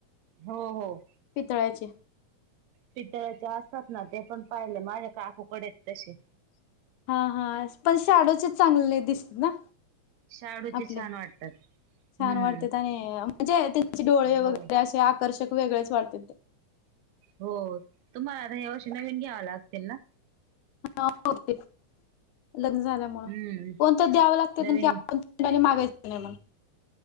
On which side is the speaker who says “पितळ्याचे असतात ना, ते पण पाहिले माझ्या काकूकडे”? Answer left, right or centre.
Right